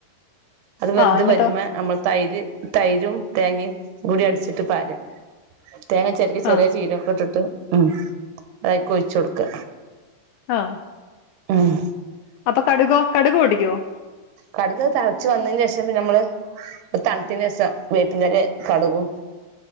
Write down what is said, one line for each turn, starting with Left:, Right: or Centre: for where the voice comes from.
Right: അത് വെന്ത്
Left: ആ എന്നിട്ടോ
Right: വരുമ നമ്മൾ തൈര് തൈരും തേങ്ങയും കൂടി അടിച്ചിട്ട് പാര തേങ്ങ ചെരകി ചെറിയ
Left: ആ
Right: ജീരകൊക്കെ ഇട്ടിട്ട് ഉം വഴുക്കെ ഒഴിച്ച് കൊടുക്ക
Left: ആഹ്
Right: ഉം
Left: അപ്പൊ കടുകോ കടുക് പൊട്ടിക്കുവോ
Right: കടുക് തിളച്ചു വന്നതിന് ശേഷം പിന്ന നമ്മള് തണുത്തിന് ശേഷം വേപ്പിന്റെ ഇലയും കടുകും